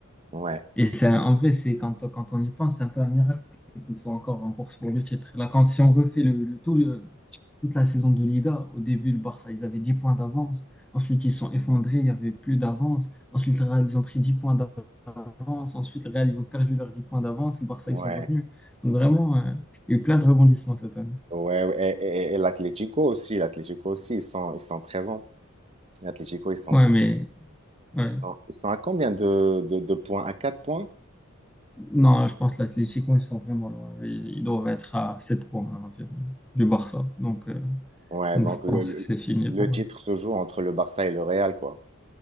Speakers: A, on the right; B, in the centre.
A: Ouais,
B: Et c'est, un- en vrai, c'est quand, quand on y pense, c'est un peu un miracle qu'ils soient encore en course pour le titre. Là, quand, si on refait le, le- tout le, toute la saison de Liga, au début, le Barça, ils avaient 10 points d'avance. Ensuite, ils se sont effondrés, il n'y avait plus d'avance. Ensuite, le Real, ils ont pris 10 points d'avance. Ensuite, le Real, ils ont perdu leurs 10 points d'avance. Le Barça,
A: ouais,
B: ils sont revenus. Donc, vraiment, euh, il y a eu plein de rebondissements cette année.
A: ouais. ouais. Et, et- et l'Atlético aussi, l'Atlético aussi, ils sont, ils sont présents. L'Atlético, ils sont
B: Ouais,
A: présents.
B: mais ouais.
A: Non, Ils sont à combien de, de, de points? À 4 points?
B: Non, je pense que l'Atlético, ils sont vraiment loin. Ils, ils doivent être à 7 points hein, environ du Barça. Donc, euh,
A: Ouais,
B: donc
A: donc
B: je pense
A: le, le,
B: que c'est fini
A: le
B: pour
A: titre
B: eux.
A: se joue entre le Barça et le Real, quoi.